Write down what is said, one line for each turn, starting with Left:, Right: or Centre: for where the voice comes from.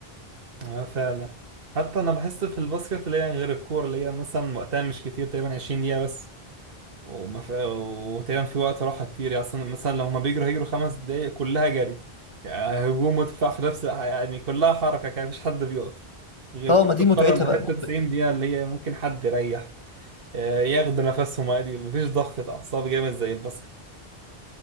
Right: اه فعلا حتى انا بحس في الباسكت اللي هي غير الكورة اللي هي مثلا وقتها مش كتير تقريبا 20 دقيقة بس وما في... وتقريبا في وقت راحة كتير يعني أصلا مثلا لو هما بيجروا هيجروا خمس دقايق كلها جري يعني هجوم ودفاع في نفس الع- يعني كلها حركة كان مفيش حد بيقف غير
Left: اه
Right: كرة
Left: ما دي
Right: القدم
Left: متعتها
Right: بحتة
Left: بقى مختلف
Right: 90 دقيقة اللي هي ممكن حد يريح آه، ياخدوا نفسهم عادي مفيش ضغطة أعصاب جامد زي الباسكت